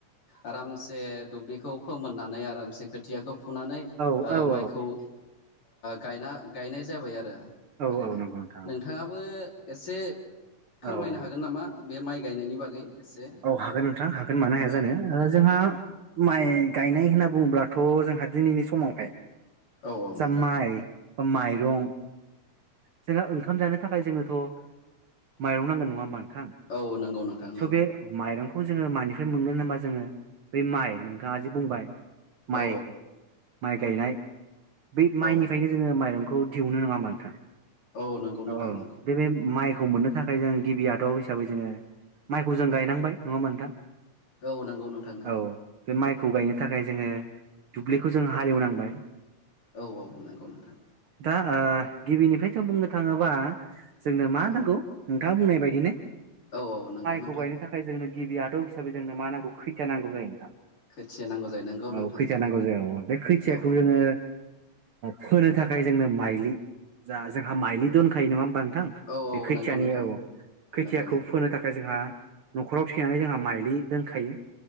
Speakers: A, on the left; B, on the right.
A: आरामसे दुब्लिखौ फोमोननानै आरामसे खोथियाखौ फुनानै ओ
B: औ औ औ
A: माइखौ ओ गायना गायनाय जाबाय आरो। ओरैनो
B: नंगौ नोंथां
A: नोंथाङाबो एसे फोरमायनो
B: औ
A: हागोन नामा? बे माइ गायनायनि बागै। एसे
B: औ हागोन नोंथां हागोन मानो हाया
A: औ
B: जानो। जोंहा
A: दे
B: माइ गायनाय होनना बुङोब्लाथ' जोंहा दिनैनि समावहाय
A: औ
B: जा
A: नोंथां
B: माइ माइरं जोंहा ओंखाम जानो थाखाय जोंनोथ' माइरं नांगोन नङा होमबा? नोंथां
A: औ नंगौ नोंथां नंगौ।
B: स' बे माइरंखौ जोङो मानिफ्राय मोनगोन होनबा जोङो बै माइ नोंथाङा जि बुंबाय। माइ
A: औ
B: माइ गायनाय बे माइनिफ्रायनो
A: औ
B: जोङो माइरं खौ दिहुनो नङा होनबा नोंथां
A: औ नंगौ नोंथां
B: ओ
A: नंगौ
B: बे बे माइ खौ मोननो थाखाय जों गिबि आदब हिसाबै जोङो माइखौ जों गायनांबाय नङा होनबा नोंथां।
A: औ नंगौ नोंथां नंगौ
B: औ बे माइखौ गायनो थाखाय जोङो। दुब्लिखौ जों हालेव नांबाय।
A: औ औ नंगौ नोंथां।
B: दा ओ गिबिनिफ्रायथ बुंनो थाङोबा जोंनो मा
A: औ
B: नांगौ। दा बुंनाय बायदिनो।
A: औ औ नंगौ नो
B: खौ गायनो थाखाय जोंनो गिबि आदब हिसाबै जोंनो मा नांगौ खैथिया नांगौ जायो नोंथां।
A: खोथिया नांगौ जायो नंगौ
B: औ
A: नोंथां
B: खैथिया नांगौ जायो। औ बे खैथियाखौ
A: औ
B: जोङो। फोनो थाखाय जोंनो माइलि जा जोंहा माइलि दोनखायो नङा होमबा थां
A: औ औ
B: बे खैथियानि
A: नंगौ नोंथां
B: औ खोथियाखौ
A: नंगौ नंगौ
B: फोनो थाखाय जोंहा। न'खराव थिनानै जोंहा माइलि दोनखायो।